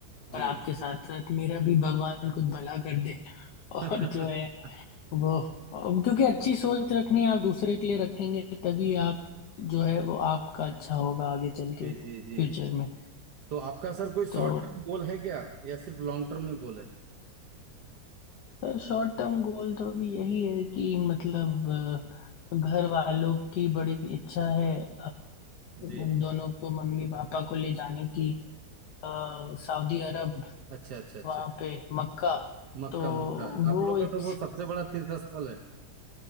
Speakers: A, on the right (about 80°); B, on the left (about 85°).
A: जी
B: और आपके साथ साथ मेरा भी भगवान कुछ भला कर दे <laughs>
A: <laughs>
B: और जो है
A: जी
B: वो क्योंकि अच्छी सोच रखनी आप दूसरे के लिए रखेंगे तभी आप जो है वो आपका अच्छा होगा आगे चल के फ्यूचर
A: जी जी
B: में
A: तो आपका सर कोई
B: तो
A: शॉर्ट टर्म गोल है क्या या सिर्फ लॉन्ग टर्म में गोल है
B: सर शॉर्ट टर्म गोल तो अभी यही है कि मतलब अ, घर वालों की बड़ी इच्छा है अ, उन
A: जी
B: दोनों को मम्मी पापा को ले जाने की अ, सऊदी अरब
A: अच्छा अच्छा अच्छा
B: वहाँ पे मक्का
A: मक्का
B: तो
A: मक्का आप
B: वो
A: लोग का
B: इच्छा
A: तो वो सबसे बड़ा तीर्थ स्थल है